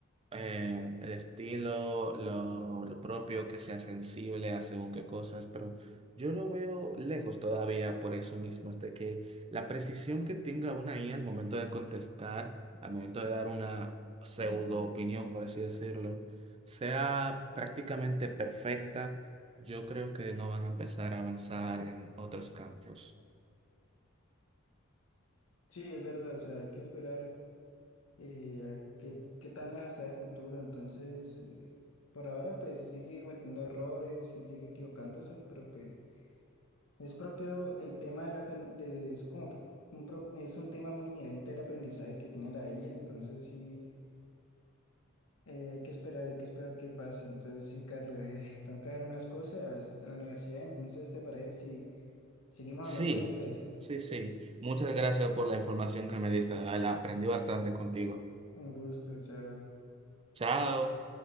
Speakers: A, on the right; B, on the left.
A: eh, el estilo, lo, lo propio, que sea sensible a según qué cosas, pero yo lo veo lejos todavía por eso mismo, hasta que la precisión que tenga una IA al momento de contestar, al momento de dar una pseudo opinión, por así decirlo, sea prácticamente perfecta, yo creo que no van a empezar a avanzar en otros campos.
B: Sí, es verdad, o sea, hay que esperar. eh, a qué, qué tan lejos está de futuro. Entonces, eh, por ahora, pues sí sigue cometiendo errores, sí sigue equivocándose, pero pues es propio el tema del apen- de, es como un pro- es un tema muy inherente al aprendizaje que tiene la IA. Entonces, sí, eh, hay que esperar, hay que esperar qué pasa. Entonces, sí, Carlos, eh, <laughs> tengo que hacer unas cosas de la universidad. Entonces, ¿te parece si seguimos
A: Sí,
B: hablando después?
A: sí, sí. Muchas gracias por la información que me diste. La aprendí bastante contigo.
B: Un gusto, chao.
A: Chao.